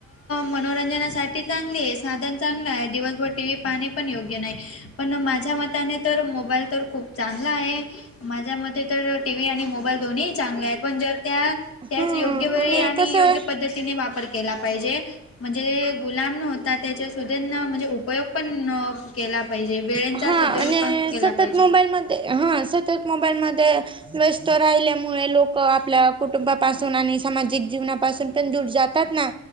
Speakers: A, on the left; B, on the right.
A: मनोरंजनासाठी चांगली आहे. साधन चांगल आहे. दिवसभर टी व्ही पाहणे पण योग्य नाही. पण माझ्या मताने तर मोबाईल तर खूप चांगला आहे. माझ्या मते तर टीव्ही आणि मोबाईल दोन्ही चांगले आहेत. पण जर त्या त्याच
B: हम्म
A: योग्य वेळी आणि
B: कसं
A: योग्य
B: आहे
A: पद्धतीने वापर केला पाहिजे. म्हणजे गुलाम न होता त्याच्या सुधींन म्हणजे उपयोग पण केला पाहिजे वेळेंचा
B: हा
A: सदैवपण
B: आणि
A: केला
B: सतत
A: पाहिजे.
B: मोबाईलमध्ये हा सतत मोबाईलमध्ये व्यस्त राहिल्यामुळे लोक आप आपल्या कुटुंबापासून आणि सामाजिक जीवनापासून पण दूर जात जातात ना